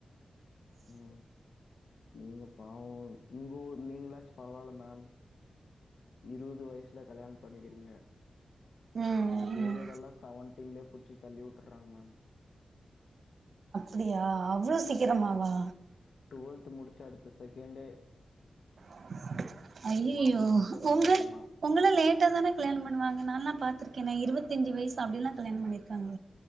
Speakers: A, on the right (about 65°); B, on the left (about 75°).
A: <inaudible>
B: ம் நீங்க பாவோ உங்க ஊர் நீங்ளாச் பரவால மேம் இருவது வய்ஸ் ல கல்யாணம் பண்ணிகிறீங்க
A: ம்
B: எங்க
A: ம் ம்
B: ஏரியாலல்லா சவன்டீன்லே புடுச்சி தள்ளிவுட்டு ட்றாங்க மேம்
A: அப்டியா அவ்ளோ சீக்கிரமாவா
B: டுவெல்த் முடிச்ச அடுத்த செகண்டே
A: <inaudible> அய்யிய்யோ
B: மாப்பிள பாத்துடுறாங்க
A: உங்க
B: மேம் மா
A: உங்கள்ல லேட்டா தான கல்யாண பண்ணுவாங்க நால்லா பாத் திருக்கேனே இருவத்தஞ்சு வயசு அப்டில்லா கல்யாணம் பண்ணிருக்காங்க